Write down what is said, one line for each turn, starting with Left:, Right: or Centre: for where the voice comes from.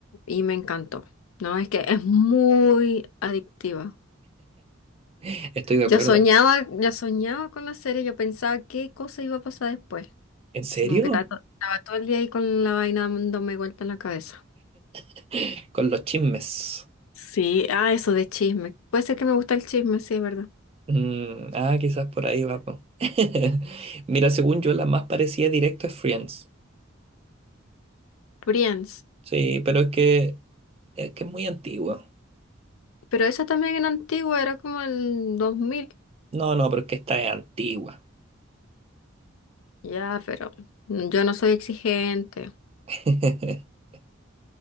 Left: Y me encantó. No, es que es muy adictiva.
Right: estoy de acuerdo.
Left: Yo soñaba, yo soñaba con la serie, yo pensaba qué cosa iba a pasar después.
Right: ¿En serio?
Left: Así como que estaba, to- estaba todo el día ahí con la vaina dándome vuelta en la cabeza.
Right: <gasps> Con los chismes.
Left: Sí, ah, eso de chisme. Puede ser que me gusta el chisme, sí, es verdad.
Right: Mm, ah, quizás por ahí va. po. <laughs> Mira, según yo, la más parecida directo es Friends.
Left: Friends.
Right: Sí, pero es que es que es muy antigua.
Left: Pero esa también era antigua, era como el 2000.
Right: No, no, pero es que esta es antigua.
Left: Ya, pero yo no soy exigente.
Right: <laughs>